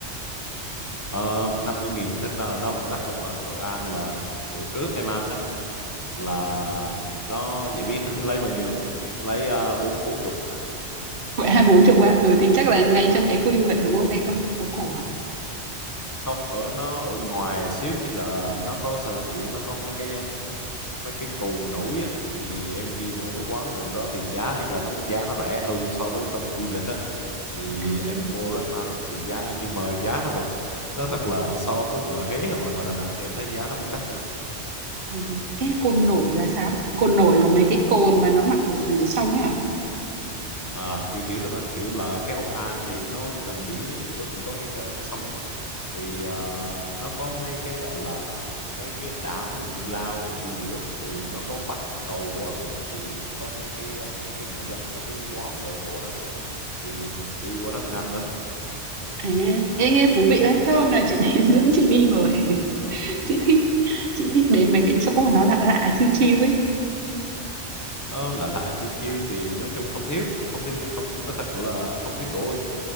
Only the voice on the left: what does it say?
uh, 50 nghìn tính ra là nó vẫn đắt Hậu An Hậu An là bữa trước em ăn á là nó vậy biết nó <laughs> lấy bao nhiêu không? lấy ờ, bốn bốn chục
không ở nó ở ngoài xíu ý là nó có sao ta kiểu nó có mấy cái um, mấy cái cồn nổi á thì em đi vô mấy quán gần đó thì giá ấy là nó giá nó rẻ hơn so với trong khu du lịch á thì
em vô đó em ăn thì giá nhưng mà giá nó vẫn nói thật là so với ngoài Huế hoặc là ngoài Đà Nẵng thì em thấy giá nó vẫn đắt hơn
à kiểu kiểu sao ta kiểu là cái Hội An thì nó gần biển á chị với cũng có cái cái, cái sông á thì à, nó có mấy cái gọi là mấy cái đảo mấy cái cù lao ở giữa giữa thì nó có bắc cầu quá kìa thì có mấy cái ờ, cái nhà dân mấy cái quán ở chỗ đó thì mình đi qua đó mình ăn
Ờ, lạ lạ chiêu chiêu thì nói chung không thiếu không thiếu- không nói thật là không thiếu chỗ đâu chị